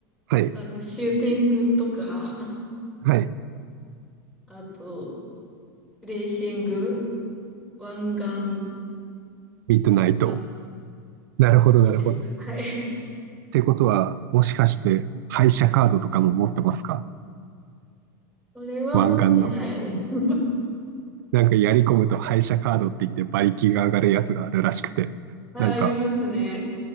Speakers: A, on the right; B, in the centre.
A: はい
B: あの、シューティングとか、
A: はい。
B: あと、レーシング、湾岸
A: ミッドナイト。
B: が
A: なるほどなるほど。
B: 好きです。
A: っ
B: はい。
A: てことは、もしかして廃車カードとかも持ってますか
B: それは持ってないの。
A: 湾岸の。なんかやり込むと廃車カードって言って馬力が上がるやつがあるらしくて。
B: あ、
A: なんか
B: ありますね。